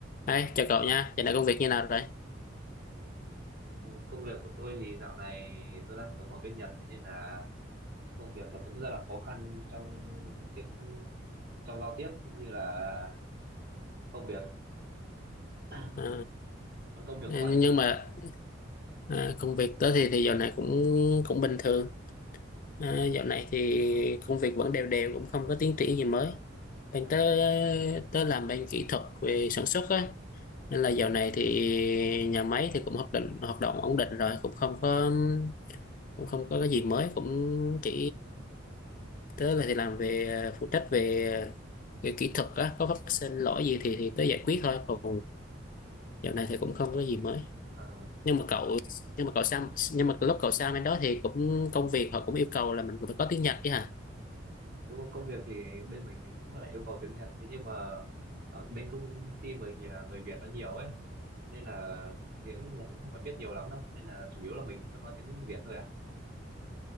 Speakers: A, on the left; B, on the right.
A: Đấy, chào cậu nha, giờ này công việc như nào rồi?
B: Ừ, Công việc của tôi thì dạo này tôi đang sống ở bên Nhật thế nên là công việc nó cũng rất là khó khăn trong tiếng trong giao tiếp cũng như là công việc <clears throat>
A: Ờ,
B: còn công việc
A: nhưng
B: của bạn thì sao
A: mà ờ, công việc tớ thì thì dạo này cũng cũng bình thường. Ờ, dạo này
B: à,
A: thì công việc vẫn đều đều, cũng không có tiến triển gì mới. Bên
B: À,
A: tớ tớ làm bên kỹ thuật về sản xuất á, nên là dạo này thì nhà máy thì cũng hoạt định hoạt động ổn định rồi, cũng không có cũng không có cái gì mới, cũng chỉ tớ là thì làm về phụ trách về, về kỹ thuật á, có phát sinh lỗi gì thì thì tớ giải quyết thôi, còn dạo này thì cũng không có gì mới
B: à,
A: nhưng mà cậu
B: à,
A: nhưng mà cậu sang nhưng mà lúc cậu sang bên đó thì cũng công việc họ cũng yêu cầu là mình phải có tiếng Nhật chứ hả
B: đúng không công việc thì bên mình thì cũng là yêu cầu tiếng Nhật thế nhưng mà ở bên công ty mình thì là người Việt nó nhiều ấy nên là tiếng Nhật cũng không phải biết nhiều lắm đâu nên là chủ yếu là mình vẫn nói tiếng Việt thôi à